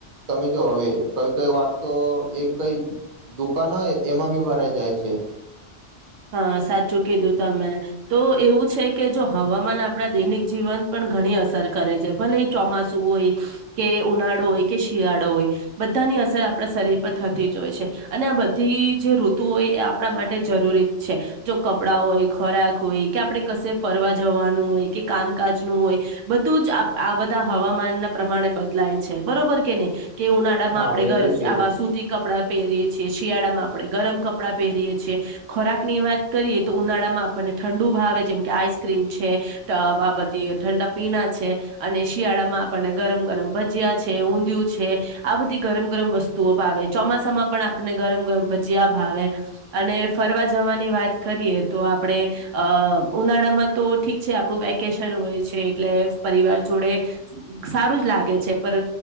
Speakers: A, on the right (about 45°); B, on the right (about 85°).
A: તમે જો હવે કઈ કઈ વારતો એ કઈ દુકાન હોય એમાં બી ભરાઈ જાય છે.
B: હા સાચું કીધું તમે. તો એવું છે કે જો હવામાન આપડા દૈનિક જીવન પણ ઘણી અસર કરે છે. ભલે ઈ ચોમાસું હોય, કે ઉનાળો હોય, કે શિયાળો હોય. બધાની અસર આપણા શરીર પર થતી જ હોય છે. અને આ બધી જે ઋતુઓ એ આપણા માટે જરૂરી છે. જો કપડા હોય, ખોરાક હોય કે, આપડે કશે ફરવા જવાનું હોય કે, કામકાજનું હોય બધું જ આ બધા હવામાનના પ્રમાણે બદલાય છે, બરોબર કે નહીં? કે ઉનાળામાં
A: હા
B: આપડે
A: એ
B: ઘર
A: તો છે
B: આવા
A: જ
B: સુતી કપડાં પહેરીએ છીએ, શિયાળામાં આપણે ગરમ કપડાં પહેરીએ છીએ. ખોરાક ની વાત કરીએ તો ઉનાળામાં આપણને ઠંડુ ભાવે. જેમ કે આઈસ્ક્રીમ છે. તા આવા બધી ઠંડા પીણા છે. અને શિયાળામાં આપણને ગરમ ગરમ ભજીયા છે, ઊંધિયું છે. આ બધી ગરમ ગરમ વસ્તુઓ ભાવે, ચોમાસામાં પણ આપણને ગરમ ગરમ ભજીયા ભાવે. અને ફરવા જવાની વાત કરીએ તો આપડે અ ઉનાળામાં તો ઠીક છે આપણું વેકેશન હોય છે એટલે પરિવાર જોડે સારું જ લાગે છે. પર